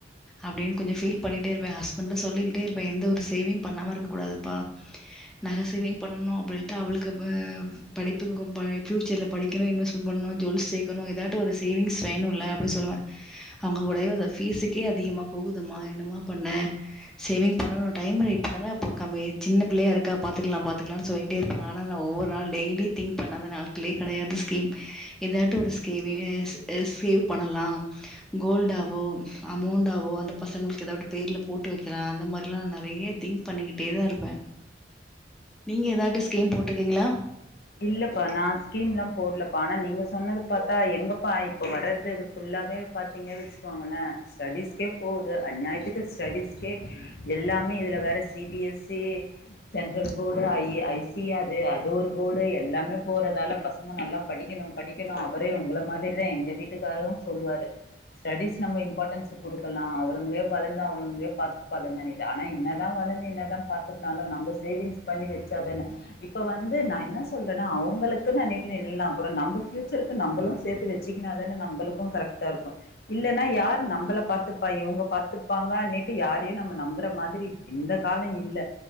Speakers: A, in the centre; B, on the left (about 55°).
A: அப்டின்னு கொஞ்ச ஃபீல் பண்ணிட்டே இருப்ப ஹஸ்பண்ட சொல்லிக்கிட்டே இருப்ப எந்த ஒரு சேவிங் பண்ணாம இருக்க கூடாதுப்பா நக சேவிங் பண்ணனும் அப்டின்ட்டு அவளுக்கு அஹ் படிப்புக்கு பஃயூச்சர்ல படிக்கணும் இன்வெஸ்ட்மெண்ட் பண்ணணும் ஜூவல்ஸ் சேக்கணும் ஏதாவது ஒரு சேவிங்ஸ் வேணும்ல்ல இ அப்டின்னு சொல்வ அவுங்க உடைய ஃபீஸுக்கே அதிகமா போகுதுமா என்னமா பண்ண சேவிங் பண்ணணும் டைம் இருக்கு இப்பதான சின்ன பிள்ளையா இருக்கா பாத்துக்கலா பா பாத்துக்கலா சொல்டே இருப்பாங்க ஆனா ஒவ்வொரு நாள் டெலியும் தி்ங் பண்ணாத நாட்களே கெடையாது ஸ்கீம் எதாட்டும் ஒரு ஸ்கேவி சேவ் பண்ணலா கோல்ட ஆவோ அமௌண்டவோ அந்த பசங்களுக்கு ஏதாவது பேர்ல போட்டு வைக்கலா அந்த மாரிலா நா நெறய திங்க் பண்ணிக்கிட்டே தா இருப்ப நீங்க ஏதாவது ஸ்கீம் போட்டிருக்கீங்களா
B: இல்லப்பா நா ஸ்கீம் எலாம் போடலப்பா ஆனா நீங்க சொன்னது பாத்தா எங்கப்பா இப்போ வர்றது அது ஃபுல்லாவே பாத்தீங்க வைச்சிக்கிங்கள ஸ்டடிஸ்க்கே போகுது அந்நியத்துக்கு ஸ்டடிஸ்கே எல்லாமே இதுல வேற C B S C central board I I C அது அது ஒரு கூட எல்லாமே போறதால பசங்க நல்லா படிக்கணும் படிக்கணும் அவரே உங்கள மாரி தா எங்க வீட்டுக்காரும் சொல்லுவாரு ஸ்டடிஸ் நம்ம இம்பார்ட்டன்ஸ் குடுக்கலா அவுங்களே வளர்ந்த அவுங்களே பாத்துபாலுங்க ஆனா என்னதா வளந்து என்னதா பாத்தனாலு நம்ம சேவிங்ஸ் பண்ணி வச்சாதானே இப்ப வந்து நா என்ன சொல்றேனா அவுங்களுக்கு இல்லாட்டினாலு நம்ப பியூச்சருக்கும் நம்மளும் சேத்து வச்சுக்குன்னத்தான நம்ளு கரெக்ட் த இருக்கும் இல்லன்னா யார் நம்மள பாத்துப்பா இவங்க பாத்துப்பாங்கன்னுட்டு யாரையு நம்ம நம்புற மாதிரி இந்த கால இல்ல